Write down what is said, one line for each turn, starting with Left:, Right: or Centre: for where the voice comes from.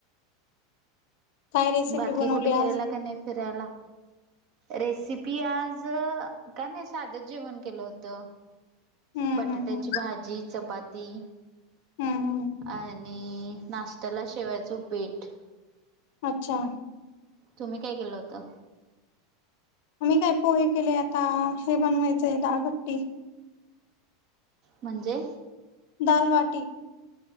Left: काय रेसिपी
Right: बाकी
Left: बनवली
Right: कुठं गेलेला
Left: आज
Right: का नाई फिरायला? रेसिपी आज का नाई साधच जेवण केलं होतं.
Left: हम्म
Right: बटाट्याची
Left: हम्म हम्म
Right: भाजी चपाती.
Left: हम्म हम्म
Right: आणि नाश्त्याला शेवयाचं ऊपीट.
Left: अच्छा.
Right: तुम्ही काय केलं होतं?
Left: आम्ही काय पोहे केले आता हे बनवायचंय दाळभट्टी.
Right: म्हणजे?
Left: दाल वाटी.